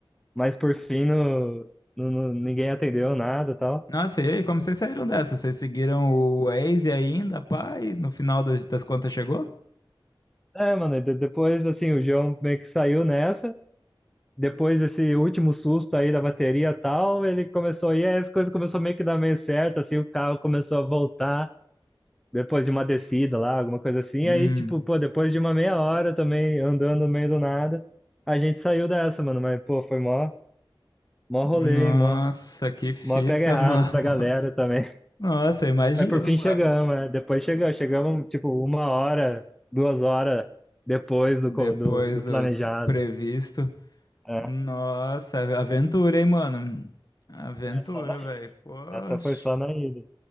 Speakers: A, in the centre; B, on the left.
A: Mas por fim, no, no- no- ninguém atendeu nada e tal.
B: Nossa, e aí, como vocês saíram dessa? Vocês seguiram
A: E-
B: o Waze ainda, pai? no final das, das contas chegou?
A: É, mano, e de- depois, assim, o João meio que saiu nessa. Depois desse último susto aí da bateria e tal, ele começou, e aí as coisas começaram meio que dar meio certo, assim, o carro começou a voltar. Depois de uma descida lá, alguma coisa assim.
B: Hum,
A: Aí, tipo, pô, depois de uma meia hora também, andando no meio do nada, a gente saiu dessa, mano. Mas, pô, foi mó, mó rolê,
B: nossa,
A: hein, mó,
B: que fita,
A: mó pega errado
B: mano.
A: pra galera
B: <laughs>
A: também.
B: Nossa, imagino,
A: Mas por fim
B: mano.
A: chegamos, né? Depois chegamos, chegamos tipo uma hora, duas horas depois do,
B: Depois
A: co- do, do
B: do
A: planejado.
B: previsto.
A: É,
B: Nossa, aventura, hein, mano? Aventura,
A: é só na ida.
B: velho. Poxa.
A: Essa foi só na ida.